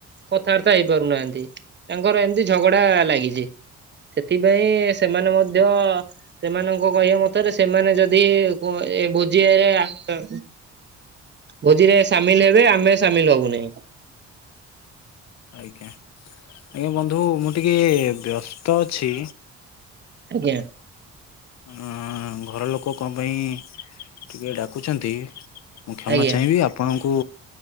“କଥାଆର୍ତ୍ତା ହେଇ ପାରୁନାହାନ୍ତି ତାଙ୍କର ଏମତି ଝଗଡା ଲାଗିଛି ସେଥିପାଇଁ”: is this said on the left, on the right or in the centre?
Right